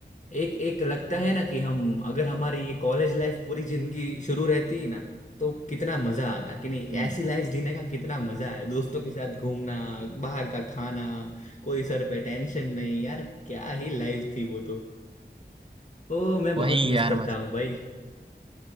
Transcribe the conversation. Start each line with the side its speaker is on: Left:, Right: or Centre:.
Left: एक एक लगता है ना कि हम अगर हमारी ये कॉलेज लाइफ पूरी जिंदगी शुरू रहती ना तो कितना मजा आता कि नहीं
Right: हम्म
Left: ऐसी लाइफ जीने का कितना मजा है दोस्तों के साथ घूमना बाहर का खाना कोई सर पे टेंशन नहीं यार क्या ही लाइफ थी वो तो ओ मैं
Right: वही
Left: बहुत मिस
Right: यार
Left: करता
Right: मतलब
Left: हूँ भाई